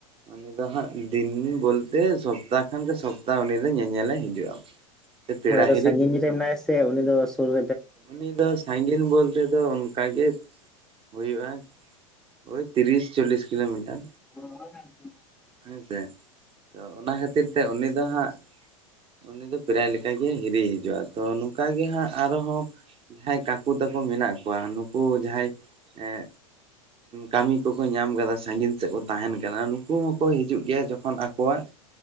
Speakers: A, on the right; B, in the centre.
A: ᱩᱱ ᱫᱚᱚ ᱦᱟᱸᱜ ᱫᱤᱱ ᱵᱚᱞᱛᱮ ᱥᱚᱯᱛᱟᱦ ᱠᱷᱚᱱᱜᱮ ᱥᱚᱯᱛᱟᱦᱚ ᱩᱱ ᱫᱚ ᱧᱮᱧᱮᱞᱮ ᱦᱤᱡᱩᱜᱼᱟ ᱥᱮ ᱯᱤᱲᱟ
B: ᱦᱳᱭ ᱟᱫᱚ
A: -
B: ᱥᱟᱺᱜᱤᱧ ᱨᱮ ᱢᱮᱱᱟᱭᱟ ᱥᱮ ᱩᱱᱤ ᱫᱚ ᱥᱩᱨ ᱨᱮ
A: ᱩᱱᱤ ᱫᱚ ᱥᱟᱺᱜᱤᱧ ᱵᱚᱞᱛᱮ ᱫᱚ ᱚᱱᱠᱟᱜ ᱜᱮ ᱦᱩᱭᱩᱜᱼᱟ ᱳᱭ ᱛᱤᱨᱤᱥ ᱪᱚᱞᱤᱥ ᱠᱤᱞᱳᱢᱤᱴᱟᱨ
B: ᱦ <inaudible>
A: ᱦᱮᱸ ᱥᱮᱮ ᱛᱚ ᱚᱱᱟ ᱠᱷᱟᱹᱛᱤᱨ ᱛᱮ ᱩᱱᱤ ᱫᱚ ᱦᱟᱸᱜ ᱩᱱᱤ ᱫᱚ ᱯᱨᱟᱭ ᱞᱮᱠᱟᱜᱮ ᱦᱤᱨᱤ ᱦᱤᱡᱩᱜᱼᱟ ᱛᱚ ᱱᱚᱝᱠᱟᱟᱜ ᱜᱮ ᱦᱟᱸᱜ ᱟᱨᱦᱚᱸ ᱡᱟᱦᱟᱸᱟᱸᱭ ᱠᱟᱠᱩ ᱛᱟᱠᱚ ᱢᱮᱱᱟᱜ ᱠᱚᱣᱟ ᱱᱩᱠᱩ ᱡᱟᱦᱟᱸᱟᱸᱭ ᱮᱸ ᱠᱟᱹᱢᱤ ᱠᱚᱠᱚ ᱧᱟᱢ ᱠᱟᱫᱟ ᱥᱟᱺᱜᱤᱧ ᱥᱮᱫ ᱠᱚ ᱛᱟᱦᱮᱸᱱ ᱠᱟᱱᱟ ᱱᱩᱠᱩ ᱦᱚᱸ ᱠᱚ ᱦᱤᱡᱩᱜ ᱜᱮᱭᱟ ᱡᱚᱠᱷᱚᱱ ᱟᱠᱚᱣᱟᱜ